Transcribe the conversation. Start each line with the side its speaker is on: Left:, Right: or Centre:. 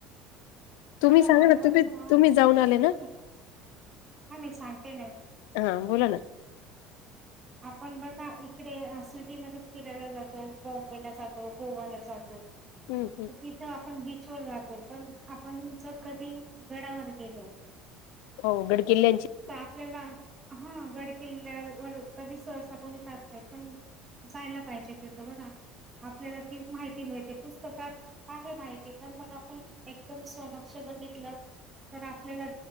Left: तुम्ही
Right: प का
Left: सांगा
Right: ना आपण
Left: तुम्ही
Right: ना
Left: तुम्ही जाऊन आले ना
Right: <unintelligible> हा मी सांगते ना
Left: हा बोला ना
Right: आपण बघा इकडे सिटीमध्ये फिरायला जातो बॉम्बेला जातो गोवाला जातो
Left: हम्म, हम्म.
Right: तर तिथ आपण बी चर राहतोय पण आपण जर कधी गडावर गेलो
Left: हो गड किल्ल्यांची
Right: तर आपल्याला हा गड किल्ल्यावर कधी सहसा कोणी चालतंय पण जायला पाहिजे तिथं बघा आपल्याला ती माहिती मिळते पुस्तकात आहे माहिती पण मग आपण एकदम समक्ष बघितलं तर आपल्याला